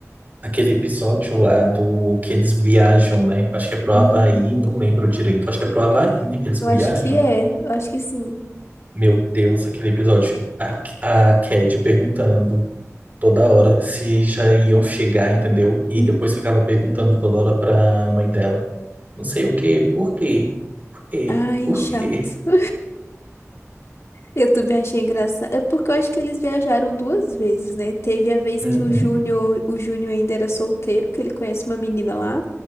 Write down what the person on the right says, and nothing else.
aquele episódio lá do que eles viajam, né? Acho que é pro
Havaí, não lembro direito, acho que é pro Havaí, né, que eles
viajam.
Meu Deus, aquele episódio, a, a Cad perguntando toda hora se já iam chegar, entendeu? E
depois ficava perguntando toda hora pra mãe dela. Não sei o quê, por quê, por quê,
por
quê?
Uhum,